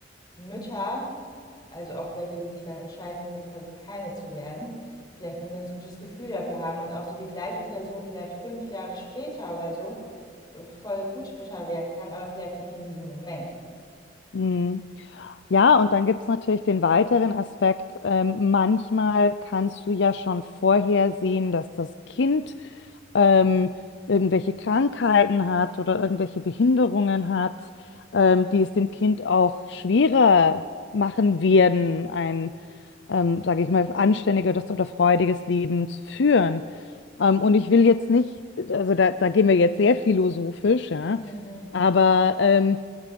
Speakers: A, on the left; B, on the left.
A: Mütter Also auch welche, die sich dann entscheiden, halt quasi keine zu werden, vielleicht ein ganz gutes Gefühl dafür haben und auch so die gleiche Person vielleicht fünf Jahre später oder so äh, voll Gutsprücher werden kann, aber vielleicht nicht in diesem Moment.
B: Mhm. Ja, und dann gibt es natürlich den weiteren Aspekt. Ähm, manchmal kannst du ja schon vorher sehen, dass das Kind ähm, irgendwelche Krankheiten hat oder irgendwelche Behinderungen hat, ähm, die es dem Kind auch schwerer machen werden, ein, ähm, sage ich mal, anständiges oder freudiges Leben zu führen. Ähm, und ich will jetzt nicht, also da, da gehen wir jetzt sehr philosophisch, ja,
A: Mhm.
B: aber ähm,